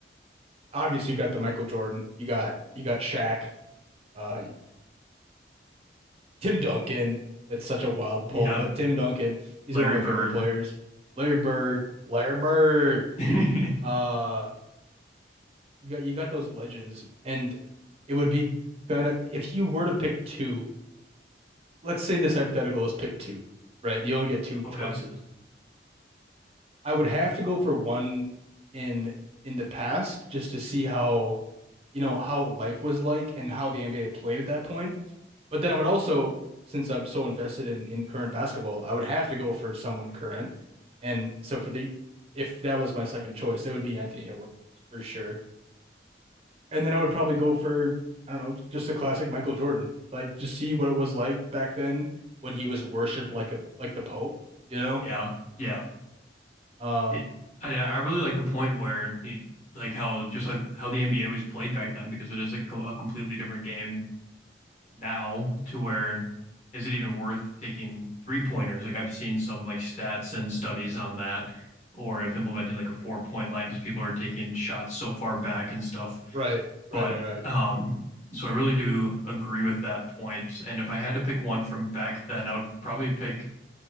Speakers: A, on the right; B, on the left.
A: obviously you got the Michael Jordan, you got you got Shaq, uh Tim Duncan. That's such a wild
B: Yeah.
A: pull, but Tim Duncan, he's
B: Larry
A: one of my
B: Bird.
A: favorite players. Larry Bird, Larry Bird.
B: <laughs>
A: Uh you got you got those legends and it would be kind of if you were to pick two, let's say this hypothetical is pick two, right? You only get two
B: Okay.
A: choices. I would have to go for one in in the past just to see how, you know, how life was like and how the NBA played at that point. But then I would also, since I'm so invested in in current basketball, I would have to go for someone current. And so for the if that was my second choice, it would be Anthony Edwards for sure. And then I would probably go for, I don't know, just a classic Michael Jordan. Like just see what it was like back then when he was worshipped like a like the Pope, you know?
B: Yeah. Yeah.
A: Um,
B: It, I, I really like the point where he, like how, just like how the NBA was played back then, because it is like a, co- a completely different game now to where is it even worth taking three pointers? Like I've seen some like stats and studies on that, or if implementing like a four point line because people are taking shots so far back and stuff.
A: right, right,
B: But
A: right, right.
B: um, so I really do agree with that point. And if I had to pick one from back then, I would probably pick